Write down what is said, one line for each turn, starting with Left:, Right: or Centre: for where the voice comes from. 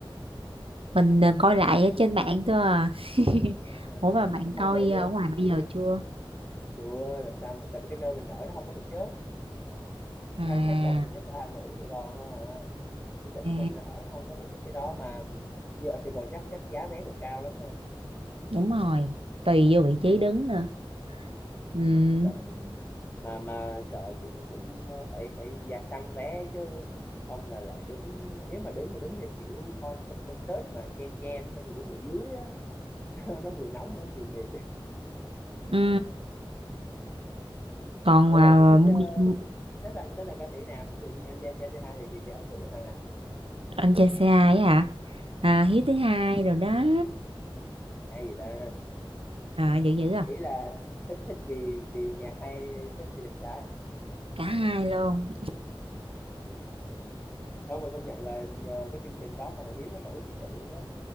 Right: Mình ờ, coi lại ở trên mạng thôi à. <laughs>
Left: <laughs>
Right: Ủa mà bạn
Left: không
Right: coi
Left: vậy chứ
Right: ờ, ở ngoài bây giờ chưa?
Left: chưa làm sao mà tại vì cái nơi mình ở nó không có tổ chức
Right: À,
Left: thấy thấy toàn tổ chức ở Hà Nội với Sài Gòn thôi à cái tỉnh
Right: à,
Left: mình ở nó không có tổ chức cái đó mà như ở Sài Gòn chắc chắc giá vé cũng cao lắm ha
Right: đúng rồi. Tùy vô vị trí đứng nữa.
Left: ừ,
Right: Ừ.
Left: sợ mình mà mà sợ cũng cũng ờ, phải phải ra săn vé chứ không là lại đứng nếu mà đứng mà đứng theo kiểu coi con concert mà chen chen xong rồi đứng ở dưới á <laughs> nó, nó vừa nóng nó vừa mệt
Right: Ừ. Còn
Left: ủa
Right: mà
Left: rồi chị thích
Right: mua
Left: uh, thích thằng thích thằng ca sĩ nào ví dụ như anh Ben TC2 thì, thì thì ấn tượng với thằng nào
Right: anh chơi xe hai á hả à,
Left: ừ.
Right: hiếu thứ hai rồi đó
Left: à, hay gì ta
Right: à, dữ dữ không
Left: ý là thích thích vì vì nhạc hay thích vì đẹp trai
Right: cả hai luôn
Left: không mà công nhận là nhờ cái chương trình đó mà thằng Hiếu nó nổi thiệt sự luôn á